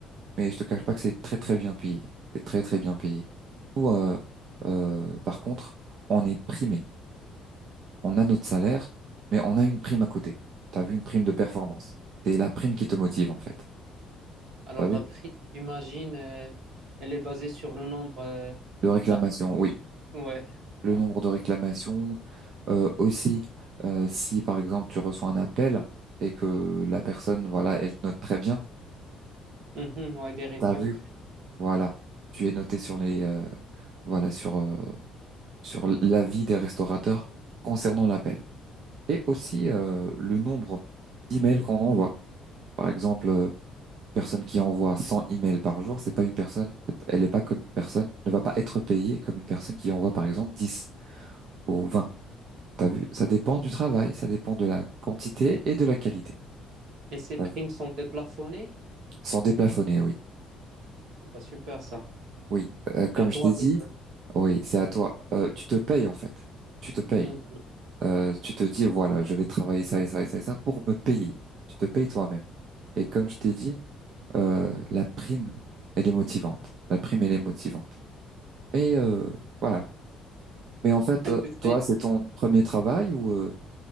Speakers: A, on the right; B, on the right.
A: Mais je te cache pas que c'est très très bien payé. C'est très très bien payé. Nous, euh, euh, par contre, on est primé. on a notre salaire, mais on a une prime à côté. T'as vu une prime de performance. C'est la prime qui te motive, en fait.
B: Alors,
A: T'as vu?
B: la prime, j'imagine, euh, elle est basée sur le nombre euh,
A: De réclamation,
B: d'appels
A: oui.
B: que tu... Ouais.
A: Le
B: Ouais.
A: nombre de réclamations, euh, aussi, euh, si par exemple tu reçois un appel et que la personne, voilà, elle te note très bien.
B: Mhm, ouais, des reviews.
A: T'as vu? Voilà. Tu es noté sur les, euh, voilà, sur, euh, sur l'avis des restaurateurs concernant l'appel. Et aussi, euh, le nombre d'emails qu'on envoie. Par exemple, euh, personne qui envoie 100 emails par jour, c'est pas une personne, elle est pas comme une personne, ne va pas être payée comme une personne qui envoie par exemple 10 ou 20. T'as vu? Ça dépend du travail, ça dépend de la quantité et de la qualité.
B: Et ces primes
A: T'as vu
B: sont déplafonnées?
A: Ils sont déplafonnés, oui.
B: Ah Bah, super, ça.
A: Oui, Euh, comme
B: C'est à toi
A: je t'ai dit,
B: de...
A: oui, c'est à toi. Euh, tu te payes en fait. Tu te payes.
B: Mhm.
A: Euh, tu te dis, voilà, je vais travailler ça et ça et ça et ça pour me payer. Tu te payes toi-même. Et comme je t'ai dit, euh, la prime, elle est motivante. La prime, elle est motivante. Mais euh, voilà, Mais en fait,
B: Et
A: euh,
B: tu
A: toi,
B: fais-
A: c'est ton premier travail ou euh,